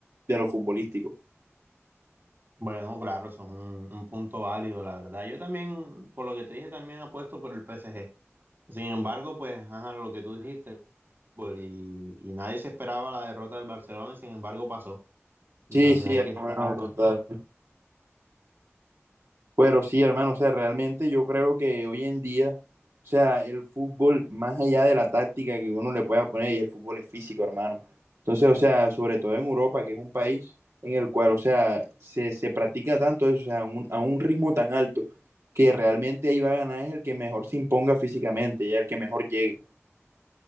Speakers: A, on the right; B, on the right.
A: de lo futbolístico.
B: Bueno, claro, eso es un, un punto válido, la verdad. Yo también, por lo que te dije, también apuesto por el PSG. Sin embargo, pues, ajá, lo que tú dijiste, pues, y, y nadie se esperaba la derrota del Barcelona, y sin embargo pasó. Entonces
A: Sí, sí,
B: hay
A: hermano,
B: que estar,
A: total. Pero sí, hermano, o sea, realmente yo creo que hoy en día, o sea, el fútbol, más allá de la táctica que uno le pueda poner, y el fútbol es físico, hermano. Entonces, o sea, sobre todo en Europa, que es un país en el cual, o sea, se, se practica tanto eso, o sea, a un, a un ritmo tan alto, que realmente ahí va a ganar es el que mejor se imponga físicamente y el que mejor llegue.